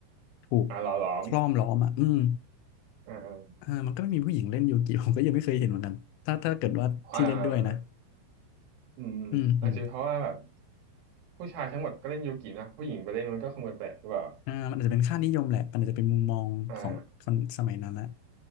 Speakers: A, on the left (about 85°); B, on the right (about 75°).
A: ถูก
B: อ่าหล่อหลอม
A: ครอบล้อมอ่ะอืม
B: อ่าอ่า
A: อ่ามันก็ไม่มีผู้หญิงเล่นยูกิผมก็ยังไม่เคยเห็นเหมือนกันถ้าถ้าเกิดว่าที่เล่นด้วยนะ
B: อ่าอืมอืมอาจจะเป็นเพราะว่าแบบ
A: อืมอืม
B: ผู้ชายทั้งหมดก็เล่นยูกินะผู้หญิงไปเล่นมันก็คงแปลกๆหรือเปล่า
A: อ่ามันอาจจะเป็นค่านิยมแหละมันอาจจะเป็นมุมมองของคนสมัยนั้นละ
B: อ่า